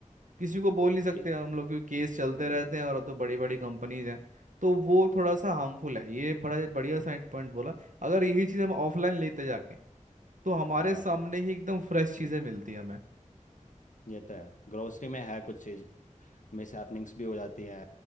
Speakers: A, on the right (about 75°); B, on the left (about 75°).
A: किसी को बोल नहीं सकते
B: कि
A: हम लोग क्योंकि केस चलते
B: नहीं
A: रहते हैं और तो बड़ी बड़ी कंपनीज हैं तो वो थोड़ा सा हार्मफुल है ये बड़ा बढ़िया साइड पॉइंट बोला अगर यही चीज़ हम ऑफलाइन लेते जाके तो हमारे
B: हाँ
A: सामने ही एकदम फ्रेश चीज़ें मिलती हैं हमें
B: ये तो है ग्रोसरी में है कुछ चीज़ मिस हैपनिंग्स भी हो जाती हैं